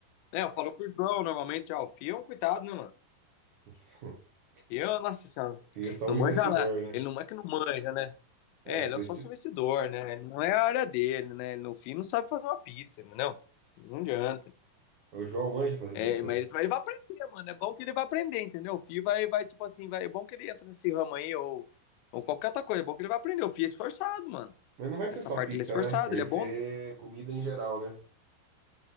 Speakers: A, on the left (about 85°); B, on the right (about 80°).
A: É, eu falo com o João normalmente, ó, o Fio é um cuidado, né, mano?
B: <laughs>
A: Eu, nossa senhora,
B: O Fio é só
A: não
B: um
A: manja
B: investidor,
A: nada.
B: né?
A: Ele não é que não manja, né?
B: É,
A: É, ele
B: investidor.
A: é só investidor né? Ele não é a área dele, né? Ele, no fim não sabe fazer uma pizza, entendeu? Não adianta.
B: O João manja fazer
A: É,
B: pizza?
A: mas ele, vai- ele vai aprender, mano. É bom que ele vai aprender, entendeu? O filho vai, vai tipo assim, vai. É bom que ele entra nesse ramo aí, ou, ou qualquer outra coisa. É bom que ele vai aprender. O filho é esforçado, mano.
B: Mas não vai
A: Nessa
B: ser só
A: parte
B: pizza,
A: ele é esforçado,
B: né? Vai
A: ele
B: ser
A: é bom. no que-
B: comida em geral, né?